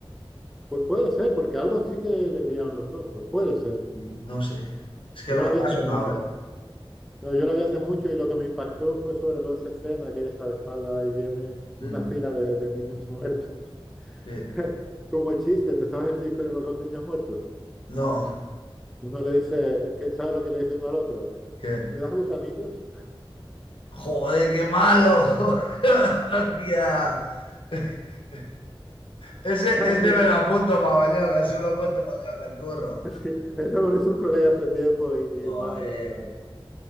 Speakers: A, in the centre; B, on the left.
A: Pues puede ser, porque algo sí que le brillaban los ojos, puede ser.
B: Y no sé. Es que
A: Yo
B: me,
A: la
B: ha
A: vi
B: me
A: hace
B: ha sonado,
A: mucho.
B: ¿eh?
A: Yo, yo la vi hace mucho y lo que me impactó fue sobre todo esa escena de que ella está de espalda y viene una
B: Mm,
A: fila de, de niños muertos.
B: sí.
A: <laughs> Como el chiste, ¿te sabes el chiste de los dos niños muertos?
B: No,
A: Uno le dice, qué ¿sabes lo que le dice uno al otro?
B: que.
A: ¿Me das gusanitos?
B: ¡Joder, qué malo! <laughs> ¡Hostia! <laughs> Ese,
A: <laughs> Madre,
B: ese me lo apunto para mañana, eso lo cuento mañana, el curro.
A: sí, eso me lo hizo un colega hace tiempo y,
B: Joder.
A: y madre mía,